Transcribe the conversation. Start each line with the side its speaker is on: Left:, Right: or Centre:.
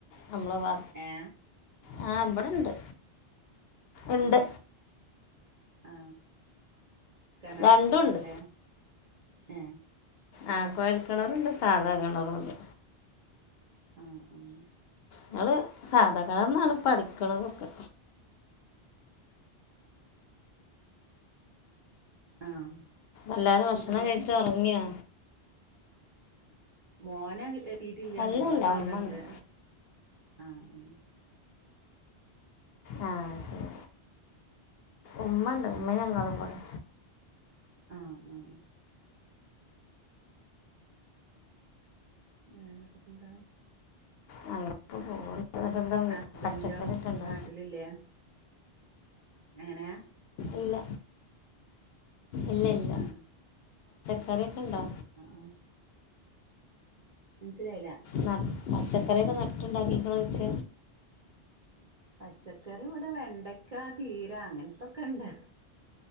Left: നമ്മളവാ
Right: ഏ
Left: ആ ഇബടെണ്ട് ഇണ്ട്
Right: ആ ആ കെണർ
Left: രണ്ടും
Right: <unintelligible>
Left: ഉണ്ട്
Right: ഏ
Left: ആ കൊഴല് കെണറുണ്ട് സാധാ കെണറുണ്ട്
Right: ആഹ് ആഹ്
Left: ങ്ങള് സാധാ കെണറ്ന്നാണ് ഇപ്പ അടിക്കണതൊക്കെ
Right: ആഹ്
Left: എല്ലാരും ഭക്ഷണം
Right: വീട്ടില്
Left: കഴിച്ചൊറങ്ങിയോ?
Right: മോനങ്ങ് എ ത്തിട്ടില്ല്യ
Left: അല്ലല്ല
Right: മോളതാ അവിടെണ്ട്
Left: ഉമ്മ ഉണ്ട്
Right: ആഹ് ഉം
Left: ആഹ് ശരി ഉമ്മ ഇണ്ട് ഉമ്മയും ഞങ്ങളുപാടെ
Right: ആഹ് ആഹ് ഏ അത്പ്പെന്താ
Left: ഞങ്ങൾക്ക് പോകുന്നുണ്ടോ
Right: ഹസ്ബൻഡോ
Left: പച്ചക്കറി ഒക്കെ
Right: വ്ടെ
Left: ഉണ്ടോ
Right: നാട്ടില് ഇല്ലേ? എങ്ങനെയ
Left: ഇല്ല ഇല്ല ഇല്ല
Right: ആഹ് ആഹ്
Left: കറിയൊക്കെണ്ടോ?
Right: ആഹ് മനസ്സിലായില്ല
Left: ന പച്ചക്കറിയൊക്കെ നട്ടുണ്ടാക്കീക്കണോ ചോയ്ച
Right: പച്ച കറി ഇവിടെ വെണ്ടക്ക ചീര അങ്ങനത്തൊക്കെ ഇണ്ട്